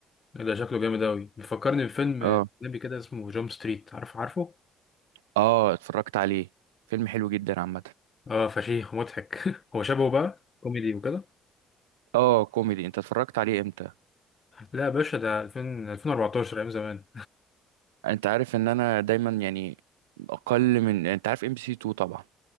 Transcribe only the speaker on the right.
اه
اه اتفرجت عليه فيلم حلو جدا عامة
اه كوميدي انت اتفرجت عليه امتى
انت عارف ان انا دايما يعني اقل من انت عارف ام بي سي 2 طبعا